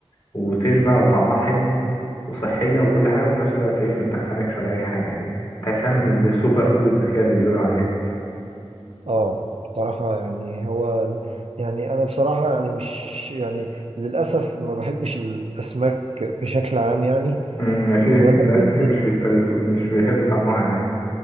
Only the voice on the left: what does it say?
وتشبع وطعمها حلو وصحيه وكل حاجه وفي نفس الوقت ايه ما تتخنكش ولا اي حاجه يعني تحسها من السوبر فودز كده اللي بيقولوا عليها
امم يعني في
ناس كتير مش بيستغلوا مش بيحبوا طعمها يعني